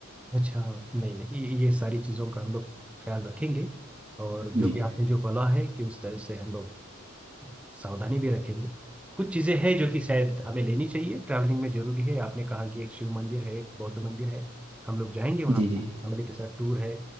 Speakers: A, in the centre; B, on the right.
A: अच्छा नहीं नहीं ये ये सारी चीज़ों का हम लोग ख्याल रखेंगे और जो
B: जी
A: कि आपने जो बोला है कि उस तरह से हम लोग सावधानी भी रखेंगे कुछ चीज़ें हैं जो कि शायद हमें लेनी चाहिए ट्रैवलिंग में जरूरी है आपने कहा कि एक शिव मंदिर है एक बौद्ध मंदिर है हम लोग जाएंगे वहाँ
B: जी जी
A: फैमिली के साथ टूर है